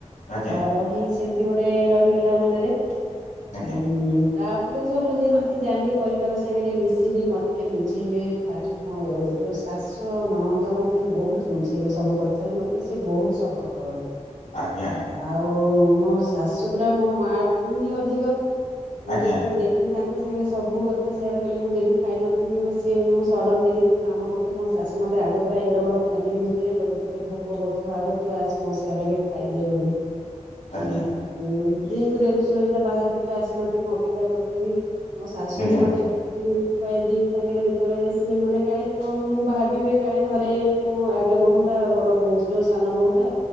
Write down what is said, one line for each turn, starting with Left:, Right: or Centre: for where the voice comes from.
Left: ଆଜ୍ଞା
Right: ଡର ହି ସେମିତି ଗୋଟେ ରହିଗଲା ମନରେ ହୁଁ।
Left: ଆଜ୍ଞା
Right: ତାପରେ ସବୁ ଯେମିତି ଜାଲି ପରିବାର ସାଙ୍ଗରେ ମିଶିନି ମତେ ବୁଝେଇଲେ। ଫାଷ୍ଟ ମୋ ଯୋଉ ଶାଶୁ ଆଉ ନଣନ୍ଦ ମତେ ବହୁତ୍ ବୁଝେଇଲେ ସବୁ କ କଥାରେ ମତେ ସେ ବହୁତ୍ ସପୋର୍ଟ କରନ୍ତି।
Left: ଆଜ୍ଞା ଆଜ୍ଞା।
Right: ଆଉ ମୋ ଶାଶୁ ପୁରା ମୋ ମା ଠୁ ହିଁ ଅଧିକ ମୁଁ
Left: ଆଜ୍ଞା
Right: ଯେତେବେଳେ
Left: ଆଜ୍ଞା
Right: ଦେ ଦେଖିଲି ତାଙ୍କ ସାଙ୍ଗରେ ସବୁ କଥା ସେୟାର୍ କଲି ମୁଁ ଯଦି ଖାଇନଥିବି ସିଏ ମୁଁ ସଡ଼ନ୍ ଯଦି କୋଉ କାମ କରିଥିବି ମୋ ଶାଶୁ ମତେ ଆଗତୁରା ଏଡେ ବଡ ଫାମିଲି ଭିତରେ କହିବେ ତୋତେ ଭୋକ କରୁଥୁବ ଆଗ ତୁ ଆସ୍ ମୋ ସାଙ୍ଗରେ ଆଗେ ଖାଇଦିଏ ବୋଲି
Left: ଆଜ୍ଞା
Right: ଉଁ। ହୁଁ ଯେହେତୁ ଦେଢଶୁର ହେରିକ ବାହାରେ ଥିବେ ଆସିନଥିବେ ମୁଁ ଅପେକ୍ଷା କରିଥିବି ମୋ ଶଶୁ
Left: ଆଜ୍ଞା
Right: ହିଁ ମତେ <inaudible> ଦିନି ସାଙ୍ଗରେ ଯେତେଳେ ସିଏ ମାନେ କାଳେ କିଏ କ ମୁଁ ଭାବିବେ କାଳେ ଘରେ ମୁଁ ଆଗେ ବହୁତ୍ ତା ବଡ ବୋହୁ ଅଛି ଯୋଉ ସାନ ବୋହୁଟା